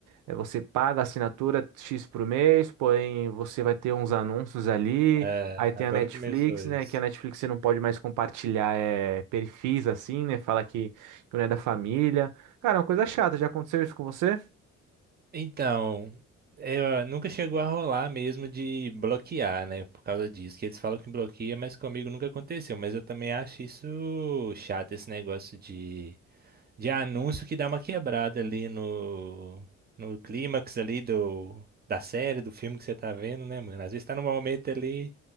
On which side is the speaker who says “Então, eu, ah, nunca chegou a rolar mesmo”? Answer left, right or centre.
Right